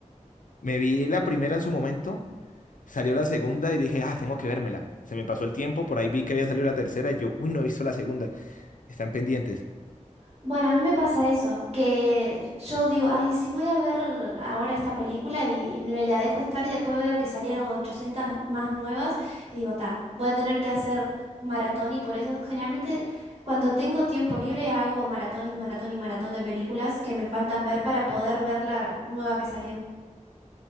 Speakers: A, on the left; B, on the right.
A: Me vi la primera en su momento, salió la segunda y dije, ah, tengo que vérmela. Se me pasó el tiempo, por ahí vi que había salido la tercera y yo, uy, no he visto la segunda. Están pendientes.
B: Bueno, a mí me pasa eso, que yo digo, ay, sí voy a ver ahora esta película y me la dejo estar y después veo que salieron 800 más nuevas y digo, ta, voy a tener que hacer maratón y por eso generalmente cuando tengo tiempo libre hago maratón y maratón y maratón de películas que me faltan ver para poder ver la nueva que salió.